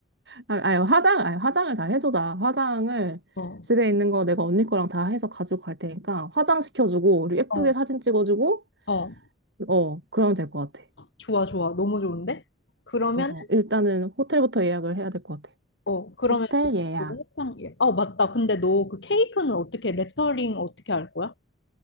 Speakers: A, on the right (about 80°); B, on the left (about 85°).
A: 아, 아니 화장 아니 화장을 잘 해줘다. 화장을
B: 어,
A: 집에 있는 거 내가 언니 거랑 다 해서 가지고 갈 테니까 화장 시켜주고 우리 예쁘게
B: 어,
A: 사진 찍어주고
B: 어.
A: 어 그러면 될 것 같아.
B: 좋아, 좋아. 너무 좋은데? 그러면,
A: 어, 일단은 호텔부터 예약을 해야 될 것 같아.
B: 어, 그러면
A: 호텔 예약.
B: 요거 호탕, 예. 어, 맞다. 근데 너 그 케이크는 어떻게, 레터링 어떻게 할 거야?